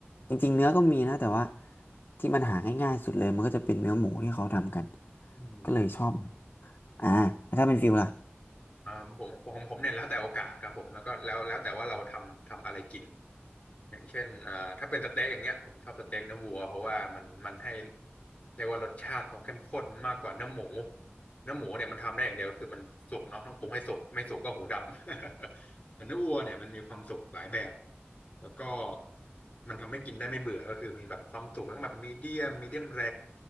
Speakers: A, on the left; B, on the left.
A: จริงๆเนื้อก็มีนะแต่ว่าที่มันหาง่ายๆสุดเลยมันก็จะเป็นเนื้อหมูที่เขาทำกัน
B: อืม
A: ก็เลยชอบอ่าแล้วถ้าเป็นฟิลล่ะ
B: อ่าผมผมผมเนี่ยแล้วแต่โอกาสครับผมแล้วก็แล้วแล้วแต่ว่าเราทำทำอะไรกินอย่างเช่นอ่าถ้าเป็นสเต็กอย่างเงี้ยผมชอบสเต็กเนื้อวัวเพราะว่ามันมันให้เรียกว่ารสชาติเขาเข้มข้นมากกว่าเนื้อหมูเนื้อหมูเนี่ยมันทำได้อย่างเดียวคือมันสุกเนาะต้องปรุงให้สุกไม่สุกก็หูดับ <laughs> แต่เนื้อวัวเนี่ยมันมีความสุกหลายแบบแล้วก็มันทำให้กินได้ไม่เบื่อก็คือมีแบบความสุกทั้งแบบมีเดียมมีเดียมแร